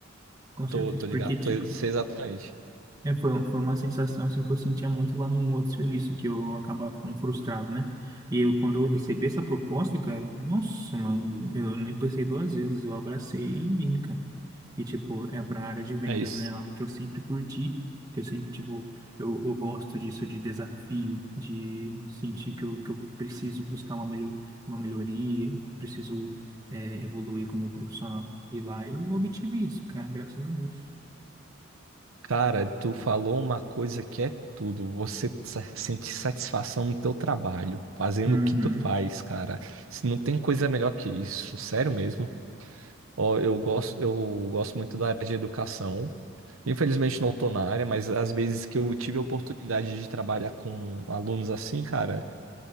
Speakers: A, on the right (about 20°); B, on the right (about 80°).
A: com certeza.
B: Tô, tô ligado,
A: Porque, tipo,
B: tô, sei exatamente.
A: É, foi, foi uma sensação assim que eu sentia muito lá num outro serviço, que eu acabava ficando frustrado, né? E eu, quando eu recebi essa proposta, cara, nossa, mano, eu nem pensei duas vezes, eu abracei e vim, cara. E, tipo, é pra área de vendas,
B: É isso.
A: né? É Algo que eu sempre curti, que eu sempre, tipo, eu, eu gosto disso de desafio, de sentir que eu, que eu preciso buscar uma, melho- uma melhoria, preciso, é, evoluir como profissional. E lá eu obtive isso, cara, graças a Deus.
B: Cara, tu falou uma coisa que é tudo. Você sa- sentir satisfação no teu trabalho, fazendo
A: Uhum,
B: o que tu faz, cara. Se não tem coisa melhor que isso, sério mesmo. Ó, eu gosto, eu gosto muito da área de educação. Infelizmente não tô na área, mas às vezes que eu tive a oportunidade de trabalhar com alunos assim, cara,